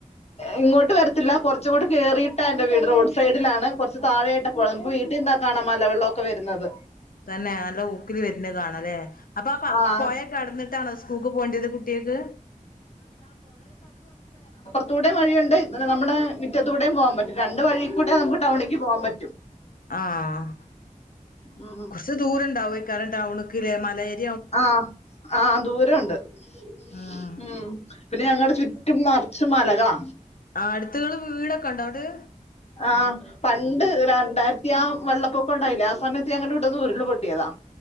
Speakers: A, on the left; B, on the left.
A: ഇങ്ങോട്ട് വരത്തില്ല കുറച്ച് കൂടി കേയറിയിട്ടാ എൻ്റെ വീട് റോഡ് സൈഡിലാണ് കുറച്ച് താഴെയായിട്ട വീട്ടിൽനിന്നാൽ കാണാം മലവെള്ളമൊക്കെ വരുന്നത്
B: തന്നെ നല്ല ഊക്കില് വരുന്ന കാണല്ലെ അപ്പൊ ആ
A: ആഹ്
B: പോയ കടന്നിട്ടാണോ സ്കൂൾക്ക് പോണ്ടേത് കു ട്ടിയാൾക്ക്
A: മത്തൂടെ വഴിയുണ്ട് നമ്മുടെ മുറ്റത്തൂടെയും പോവാൻ പറ്റും രണ്ട് വഴി കൂടെ നമുക്ക് ടൗണിലക്ക് പോവാൻ പറ്റും
B: ആഹ
A: ഉം
B: കുറച്ച് ദൂരംണ്ടാവെക്കാരം ടൗൺ മലയിൽ
A: ആഹ് ആഹ് ദൂരംണ്ട് ഉ
B: ഉം
A: പിന്നെ ഞങ്ങളടെ ചുറ്റും നിറച്ചും മലകളാ
B: ആ അടുത്തുകള് വീടൊക്കെ ഉണ്ടോ ന്നട്ട്
A: ആ് പണ്ട് രണ്ടായിരത്തി ആ വെള്ളപ്പൊക്കം ഉണ്ടായില്ലേ ആ സമയത്ത് ഞങ്ങുടെ ഇീടോന്ന് ഉരുള് പൊട്ടിയതാ